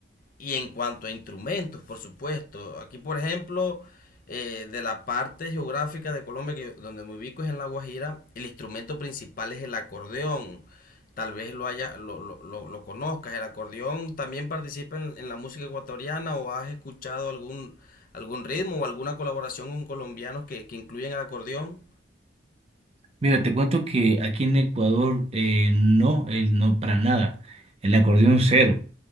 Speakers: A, on the left; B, on the right.
A: Y en cuanto a instrumentos, por supuesto, aquí por ejemplo, eh, de la parte geográfica de Colombia, que, donde me ubico es en La Guajira, el instrumento principal es el acordeón. Tal vez lo, haya, lo, lo, lo, lo conozcas. El acordeón también participa en, en la música ecuatoriana o has escuchado algún, algún ritmo o alguna colaboración con colombianos que, que incluyen el acordeón.
B: Mira, te cuento que aquí en Ecuador, eh, no, el, no para nada. El acordeón cero. <laughs>